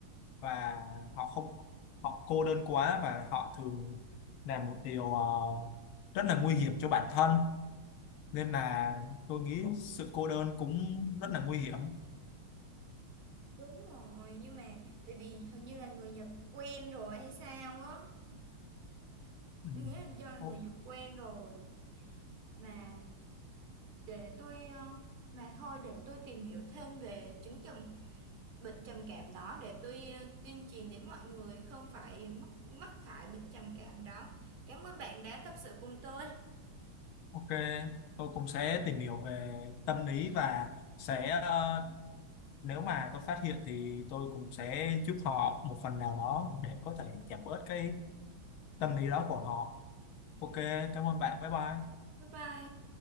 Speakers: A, on the left; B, on the right.
A: và họ không họ cô đơn quá và họ thường làm một điều ờ, rất là nguy hiểm cho bản thân nên là tôi nghĩ sự cô đơn cũng rất là nguy hiểm
B: Đúng rồi, nhưng mà tại vì hình như là người Nhật quen rồi hay sao á.
A: ừ.
B: Tôi nghĩ là do là người
A: O-
B: Nhật quen rồi. Mà để tôi, ờ, mà thôi để tôi tìm hiểu thêm về chứng trầm bệnh trầm cảm đó để tôi ờ, tuyên truyền đến mọi người không phải mắc, mắc phải bệnh trầm cảm đó. Cảm ơn bạn đã tâm sự cùng tôi.
A: ok tôi cũng sẽ tìm hiểu về tâm lý và sẽ ờ, nếu mà tôi phát hiện thì tôi cũng sẽ giúp họ một phần nào đó để có thể giảm bớt cái tâm lý đó của họ ok cảm ơn bạn bye bye
B: Bye bye.